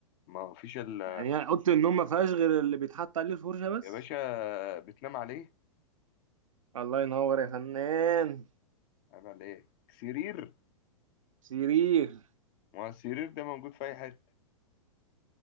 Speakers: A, on the left; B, on the right.
A: ما فيش ال...
B: يعني هي اوضه النوم ما فيهاش غير اللي بيتحط عليه الفرشه بس
A: يا باشا بتنام عليه
B: الله ينور يا فنان
A: عيب على ايه سرير
B: سرير
A: ما هو السرير ده موجود في اي حتة